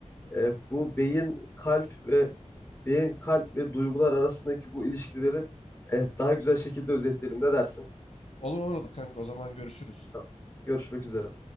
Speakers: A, on the left (about 20°); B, on the left (about 60°).
A: E, bu beyin, kalp ve beyin, kalp ve duygular arasındaki bu ilişkileri e, daha güzel şekilde özetleyelim. Ne dersin?
B: Olur olur kanka o zaman görüşürüz.
A: Tamam. Görüşmek üzere.